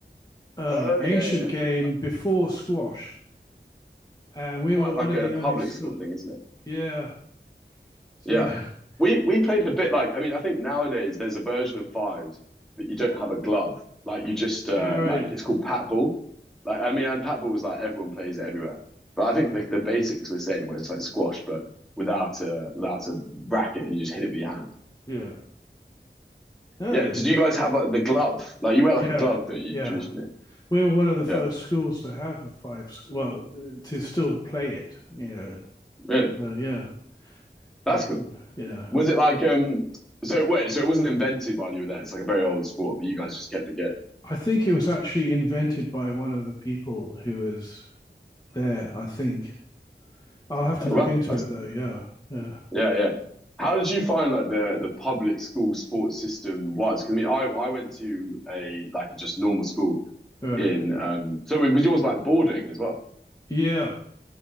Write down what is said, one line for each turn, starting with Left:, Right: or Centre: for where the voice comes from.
Left: uh,
Centre: Oh
Left: ancient
Centre: yeah, yeah.
Left: game
Centre: That,
Left: before squash, and
Centre: that
Left: we
Centre: quite
Left: were one
Centre: like
Left: of
Centre: a
Left: the
Centre: public
Left: only school.
Centre: school thing, isn't it?
Left: Yeah. So
Centre: Yeah.
Left: <laughs>
Centre: We we played a bit like I mean, I think nowadays there's a version of fives that you don't have a glove. Like you just uh
Left: all right.
Centre: like it's called pat ball. Like I mean and pat ball is like everyone plays it everywhere. But I think
Left: Uh,
Centre: the, the basics are the same where it's like squash but without a without a racket and you just hit it with your hand.
Left: yeah. No,
Centre: Yeah. Did you guys have like the glove? Like you wear
Left: yeah,
Centre: like a glove, don't you,
Left: yeah.
Centre: traditionally?
Left: We were one of the
Centre: Yeah,
Left: first schools to have a five, s- well, uh, to still play it, you know.
Centre: really.
Left: So yeah,
Centre: That's
Left: it's
Centre: cool.
Left: uh, yeah.
Centre: Was it like um? So wait, so it wasn't invented while you were there. It's like a very old sport, but you guys just kept it going.
Left: I think it was actually invented by one of the people who was there, I think. I'll have
Centre: Like,
Left: to look
Centre: well,
Left: into
Centre: that's
Left: it though. Yeah. Yeah.
Centre: yeah, yeah. How did you find like the the public school sports system was? Because I mean, I I went to a like just normal school
Left: Right.
Centre: in um. So it was yours like boarding as well.
Left: Yeah.